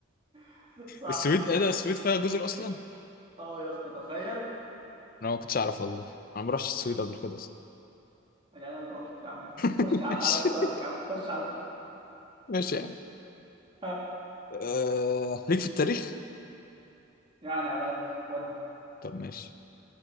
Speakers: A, on the right; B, on the left.
A: <laughs> صح
B: السويد ايه ده السويد فيها جزر اصلا
A: اه يا اسطى تخيل
B: انا ما كنتش اعرف والله انا ما رحتش السويد قبل كده اصلا
A: يعني انا اللي رحت يا عم
B: <laughs>
A: خش يا عم
B: ماشي
A: على سؤالك يا عم خش عليا
B: ماشي يعني
A: ها
B: آه... ليك في التاريخ
A: يعني على قدي ودي
B: طب ماشي